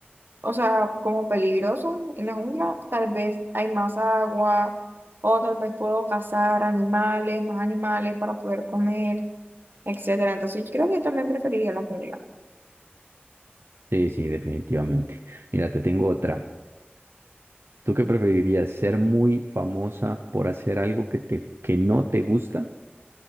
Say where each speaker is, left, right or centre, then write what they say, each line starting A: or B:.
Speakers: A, on the right; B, on the right.
A: o sea, como peligroso en la jungla, tal vez hay más agua, o tal vez puedo cazar animales, más animales para poder comer, etcétera. Entonces, yo creo que yo también preferiría la jungla.
B: Sí, sí, definitivamente. Mira, te tengo otra. ¿Tú qué preferirías, ser muy famosa por hacer algo que te, que no te gusta